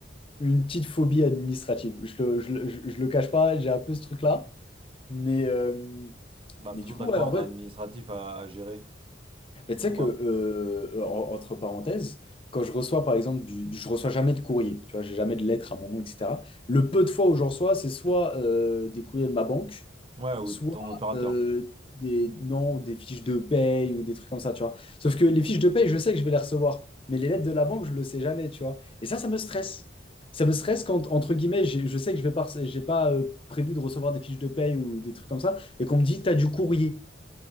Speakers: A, on the left; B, on the right.
A: une petite phobie administrative. Je le, je le, je- je le cache pas, j'ai un peu ce truc-là. Mais, euh,
B: Bah,
A: mais
B: de toute
A: du
B: façon,
A: coup,
B: t'as quoi
A: ouais, en
B: en
A: vrai,
B: administratif à, à gérer?
A: Mais tu sais
B: Toi?
A: que, euh, en- entre parenthèses, quand je reçois, par exemple, du, je reçois jamais de courrier, tu vois, j'ai jamais de lettres à mon nom, etc. Le peu de fois où j'en reçois, c'est soit euh, des courriers de ma banque,
B: Ouais, ou
A: soit
B: ton opérateur?
A: euh, des, non, des fiches de paye ou des trucs comme ça, tu vois. Sauf que les fiches de paye, je sais que je vais les recevoir, mais les lettres de la banque, je le sais jamais, tu vois. Et ça, ça me stresse. Ça me stresse quand, entre guillemets, j'ai- je sais que je vais pas, rece- j'ai pas euh, prévu de recevoir des fiches de paye ou des trucs comme ça, et qu'on me dit, t'as du courrier.